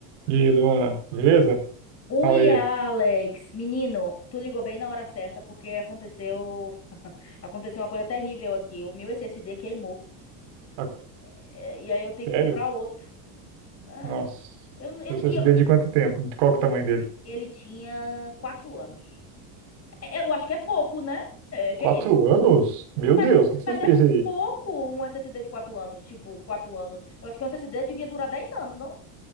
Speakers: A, on the right; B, on the left.
A: E aí, Luana, beleza?
B: Oi,
A: Fala aí.
B: Alex, menino, tu ligou bem na hora certa porque aconteceu, aconteceu uma coisa terrível aqui. O meu SSD queimou.
A: Tá-
B: É, E aí eu tenho
A: Sério?
B: que comprar outro. Ah,
A: Nossa,
B: eu, eu,
A: você
B: e
A: se
B: eu-
A: deu de
B: e-
A: quanto tempo? De Qual
B: o-
A: que é o tamanho dele?
B: ele tinha quatro anos. É, Eu acho que é pouco, né? É, que
A: Quatro
B: é isso?
A: anos? Meu
B: Mas,
A: Deus, o que que
B: mas
A: você fez
B: é
A: aí?
B: pouco um SSD de quatro anos, tipo quatro anos. Eu acho que um SSD devia durar dez anos, não?